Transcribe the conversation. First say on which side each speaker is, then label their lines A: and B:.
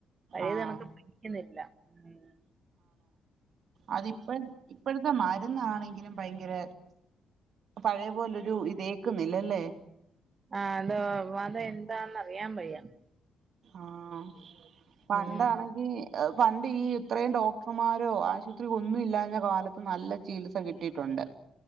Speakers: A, on the right (about 40°); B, on the right (about 60°).
A: പഴയത്
B: ആഹ്
A: കണക്ക് പിടിക്കുന്നില്ല ഉംഹ്
B: അതിപ്പം ഇപ്പോഴത്തെ മര് ഇന്നാണെങ്കിലും പയ്ങ്കര പഴയ പോലൊരു ഇതേക്കുന്നില്ല ല്ലേ
A: ആഹ അതോ അതെന്താന്ന് അറിയാവയ്യ
B: ആഹ്ആ പണ്ടാണെങ്കി
A: ഉം
B: എവ് പണ്ട് ഈ ഇത്രയും ഡോക്ടർമാരോ ആശുപത്രി ഒന്നും ഇല്ലാഞ്ഞ കാലത്ത് നല്ല ചികിത്സ കിട്ടിയിട്ടുണ്ട്